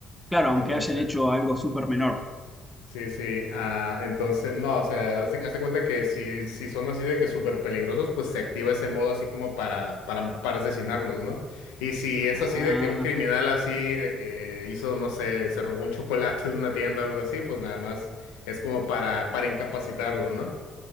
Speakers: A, in the centre; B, on the left.
A: Claro, aunque
B: Entonces,
A: hayan hecho algo súper menor.
B: sí, sí, ah, entonces, no, o sea, haz de, haz de cuenta que si, si son así de que súper peligrosos, pues se activa ese modo así como para, para, para asesinarlos, ¿no? Y si es
A: Ah,
B: así de que un criminal así, de que hizo, no sé, se robó un chocolate de una tienda o algo así, pues nada más es como para, para incapacitarlo, ¿no?